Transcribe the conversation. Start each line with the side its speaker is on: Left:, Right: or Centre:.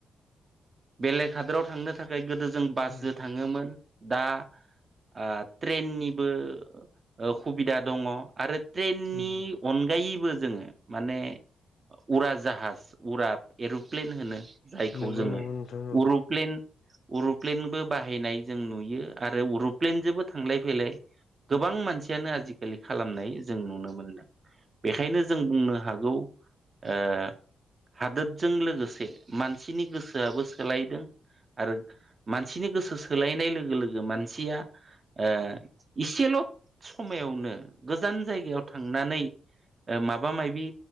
Right: बेलेग हादराव थांनो थाखाय गोदो जों बासजों
Left: उम
Right: थाङोमोन दा। ओ ट्रेननिबो ओ हुबिदा दङ आरो ट्रेननि
Left: उम
Right: अन। गायैबो जोङो माने उरा जाहाज उरा एर'प्लेन होनो। जायखौ
Left: नंगौ
Right: जोङो
Left: नंगौ नोंथां औ
Right: उरुप्लेन। अरू'प्लेनबो बाहायनाय जों नुयो आरो अरू'प्लेनजोंबो थांलाय फैलाय। गोबां मानसियानो आजिखालि खालामनाय जों नुनो मोनदों। बेखायनो जों बुंनो हागौ ओ। हादोरजों लोगोसे मानसिनि गोसोआबो सोलायदों। आरो मानसिनि गोसो सोलायनाय लोगो लोगो मानसिया। ओ इसेल' समायावनो गोजान जायगायाव थांनानै। ओ माबा मायबि।